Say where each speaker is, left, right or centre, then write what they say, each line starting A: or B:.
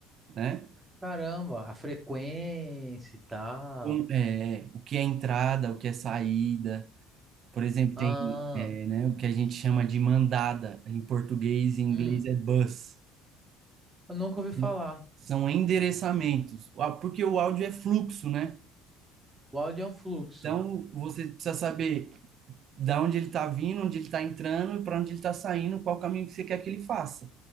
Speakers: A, on the right; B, on the right.
A: né?
B: Caramba, a frequência e tal.
A: Como- é, o que é entrada, o que é saída. Por exemplo,
B: Ah,
A: tem, é, né, o que a gente chama de mandada, em português e em
B: hum,
A: inglês é bus.
B: eu nunca ouvi falar.
A: Então, São endereçamentos, Ah, porque o áudio é fluxo, né?
B: O áudio é um fluxo.
A: Então, você precisa saber da onde ele está vindo, onde ele está entrando e para onde ele está saindo, qual caminho que você quer que ele faça.